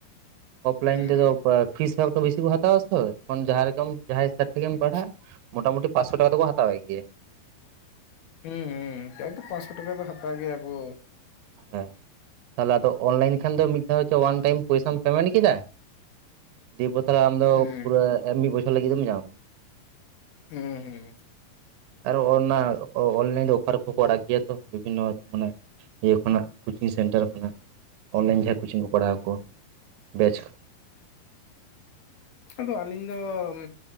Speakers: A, on the right; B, on the left.
A: ᱚᱯᱷᱞᱟᱭᱤᱱ
B: ᱦᱩᱸ
A: ᱛᱮᱫᱚ ᱯᱚ ᱚ ᱯᱷᱤᱥ ᱦᱚᱸ ᱮᱠᱴᱩ ᱵᱤᱥᱤ ᱠᱚ ᱦᱟᱛᱟᱣᱟ ᱥᱮ ᱛᱚᱠᱷᱚᱱ ᱡᱟᱦᱟᱸ ᱞᱮᱠᱟᱢ ‌‌ᱡᱟᱦᱟᱸᱭ ᱥᱮᱫᱼᱼ ᱛᱮᱜᱮᱢ
B: ᱦᱩᱸ
A: ᱯᱟᱲᱦᱟᱜ ᱢᱳᱴᱟᱼᱢᱩᱴᱤ ᱯᱟᱸᱥᱥᱚ ᱴᱟᱠᱟ ᱫᱚᱠᱚ ᱦᱟᱛᱟᱣᱮᱜ ᱜᱮᱭᱟ᱾
B: ᱦᱩᱸ ᱦᱩᱸ ᱱᱮᱛᱟᱨ ᱫᱚ ᱯᱟᱸᱥᱥᱚ ᱴᱟᱠᱟ ᱫᱚ ᱦᱟᱛᱟᱣ ᱜᱮᱭᱟ ᱠᱚ᱾
A: ᱦᱮᱸ᱾ ᱛᱟᱦᱚᱞᱮ ᱟᱫᱚ ᱚᱱᱞᱟᱭᱤᱱ ᱠᱷᱟᱱ ᱫᱚ ᱢᱤᱫ ᱫᱷᱟᱣ ᱪᱚ ᱣᱟᱱ ᱴᱟᱭᱤᱢ ᱯᱚᱭᱥᱟᱢ ᱯᱮᱢᱮᱱᱴ ᱠᱮᱫᱟᱼᱼ ᱫᱤᱯᱚ ᱛᱟᱞᱦᱮ ᱟᱢ ᱫᱚ
B: ᱦᱩᱸ
A: ᱯᱩᱨᱟᱹ ᱮ ᱢᱤᱫ ᱵᱚᱪᱷᱚᱨ ᱞᱟᱹᱜᱤᱫ ᱫᱚᱢ ᱧᱟᱢᱟ᱾
B: ᱦᱩᱸ ᱦᱩᱸ᱾
A: ᱟᱨ ᱚ ᱚᱱᱟ ᱚᱱᱞᱟᱭᱤᱱ ᱨᱮ ᱚᱯᱷᱟᱨ ᱠᱚᱠᱚ ᱟᱲᱟᱜ ᱜᱮᱭᱟ ᱛᱚ? ᱵᱤᱵᱷᱤᱱᱱᱚ ᱢᱟᱱᱮ ᱤᱭᱟᱹ ᱠᱷᱚᱱᱟᱜ ᱠᱩᱪᱤᱝ ᱥᱮᱱᱴᱟᱨ ᱠᱷᱚᱱᱟᱜ᱾ ᱚᱱᱞᱟᱭᱤᱱ ᱡᱟᱦᱟᱸ ᱠᱩᱪᱤᱝ ᱠᱚ ᱯᱟᱲᱦᱟᱣ ᱠᱚ ᱵᱮᱪᱼᱼ
B: ᱟᱫᱚ ᱟᱞᱤᱧ ᱫᱚ ᱚᱢᱻ